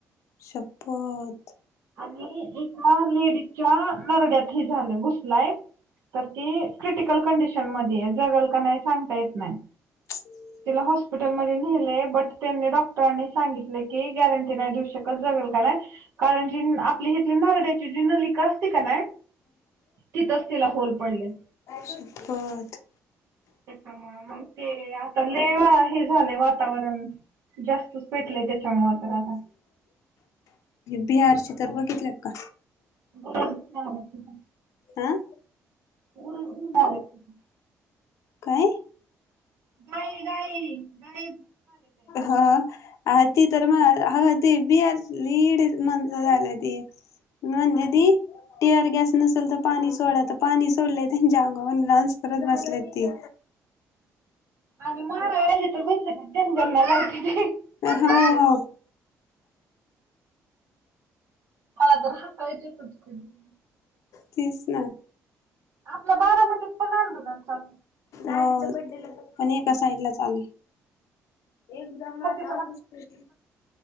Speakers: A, on the left; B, on the right.
A: शपथ
B: आणि एका लेडीजच्या नरड्यात हे झालं घुसलाय तर ती क्रिटिकल कंडिशन मध्ये आहे जगल का नाही सांगता येत नाही
A: <inaudible>
B: तिला हॉस्पिटलमध्ये नेलयं, बट, त्यांनी, डॉक्टरांनी सांगितलंय की, गॅरंटी नाही देऊ शकत जगल का नाय,, आपली, हितली, नरड्याची, जी नलिका असती का नाय, तिथचं तिला होल पडलयं.
A: आई शप्पथ!
B: हा, मंग ते, आता, लय हे झालयं वातावरण,, जास्तच पेटलंय, त्याच्यामुळं तर आता,
A: बिहारची तर, बघितलेत का?
B: गुरूच घेऊन आल्यात ती पण,
A: हा
B: गुरूच घेऊन आल्यात ती पण,,
A: काय?
B: गाई, गाई, गाईच,,
A: हा,, आ, ती तर मग, हा, ती बिहारची, लय येडी माणसं झाल्याती. म्हटलं ती, टीअर गॅस नसल तर,, पाणी सोडा, तर पाणी सोडलयं त्यांच्या अंगाहून, डांस करत बसल्यात ती.
B: आणि, माराय आलीत तर, घोसले की नाय,, तन गोणला, लावते की, मम्मा,
A: हो
B: मला तर हसाय येतयं, खुदखुदुन.
A: तेच ना,
B: आपल्या बारामतीत पण, आंदोलन चालू आहे.
A: हो, पण एका साइडला चालु आहे. एकदम
B: ओके
A: आता, आगच पेटील.